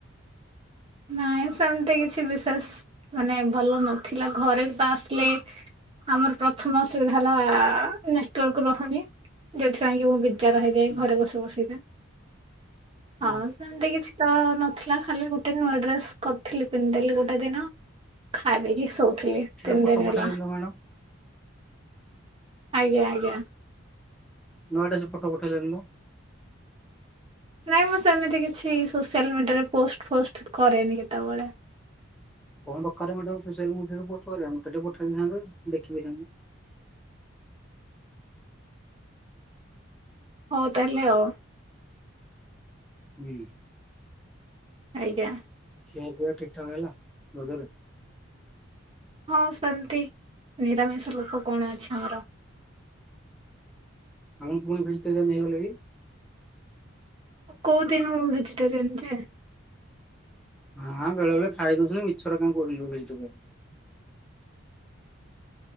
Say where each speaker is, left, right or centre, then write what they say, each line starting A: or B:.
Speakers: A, on the right (about 25°); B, in the centre.
A: ନାଇଁ ସେମିତି କିଛି ବିଶେଷ ମାନେ ଭଲ ନଥିଲା ଘରେ ତ ଆସିଲେ ଆମର ପ୍ରଥମ ଅସୁବିଧା ହେଲା ନେଟୱାର୍କ ରହୁନି ଯେଉଁଥିପାଇଁ କି ମୁଁ ବି ବିଚାର ହେଇଯାଏ
B: ହୁଁ
A: ଘରେ ବସି ବସିବେ ହଉ
B: ହୁଁ
A: ସେମିତି କିଛି ତ ନଥିଲା ଖାଲି ଗୋଟେ ଟିନ୍ ନୂଆଁ ଡ୍ରେସ୍ କରିଥିଲି ପିନ୍ଧଲି ଗୋଟେ ଦିନ ଖାଇବ କିି ଶୋଉଥିଲି ତିନି
B: ଏ ଫଟୋ
A: ଦିନ
B: ପଠେଇଲେନି
A: ହେଲା
B: ତ ମ୍ୟାଡାମ
A: ଆଜ୍ଞ ଆଜ୍ଞା
B: ନୂଆଟା ସେ ଫଟ ପଠେଇଦେଲୁନୁ ମୁଁ
A: ନାଇଁ ମୁଁ ସେମିତି କିଛି ସୋସିଆଲ୍ ମିଡ଼ିଆରେ ପୋଷ୍ଟ ଫୋଷ୍ଟ କରେନି କେତେବେଳେ
B: କଣ ଦରକାର ମ୍ୟାଡାମ ସୋଆଲ ମିଡିଆରେ ପୋଷ୍ଟ କରିବା ମତେ ଟିକେ ପଠେଇଥାନ୍ତେ ଦେଖିଦେଇଥାନ୍ତୁ
A: ହଉ ତାହେଲେ ଆଉ
B: ହୁଁ
A: ଆଜ୍ଞା
B: ସେ ପୁରା ଠିକଠାକା ହେଲା ବଗର
A: ହଁ ସେମିତି ନିରାମିଷ ଲୋକ କଣ ଅଛି ଆମର
B: ଆପଣ ପୁଣି ଫ୍ <unintelligible> ଇଗଲେ କି
A: କୋଉ ଦିନୁ ଭେଜିଟୋରଆନ ଯେ।
B: ହଁ ବେଳେ ବେଳେ ଖାଇ ଦଉଛନ୍ତି ମିଛରେ କାଇଁ କହୁଛନ୍ତି ଭେଜିଟେରିଆନ।